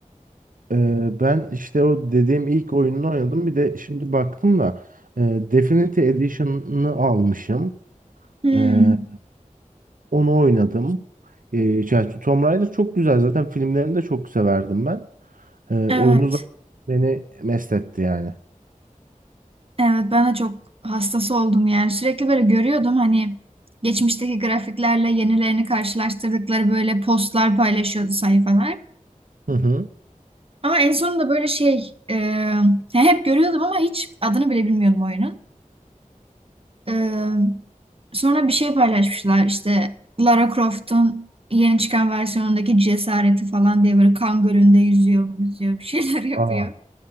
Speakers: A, on the right; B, on the right.
A: Ee, ben işte o dediğim ilk oyununu oynadım. Bir de şimdi baktım da e, Definitive Edition'ını almışım.
B: Hmm,
A: Ee, onu oynadım. Ee, yani Tomb Raider çok güzel. Zaten filmlerini de çok severdim ben. Ee,
B: evet,
A: oyunu zaten beni mest etti yani.
B: evet ben de çok hastası oldum yani. Sürekli böyle görüyordum hani geçmişteki grafiklerle yenilerini karşılaştırdıkları böyle postlar paylaşıyordu sayfalar.
A: Hı hı.
B: Ama en sonunda böyle şey e, yani hep görüyordum ama hiç adını bile bilmiyordum oyunun. E, sonra bir şey paylaşmışlar işte Lara Croft'un yeni çıkan versiyonundaki cesareti falan diye böyle kan gölünde yüzüyor, yüzüyor bir şeyler <laughs> yapıyor.
A: Aa,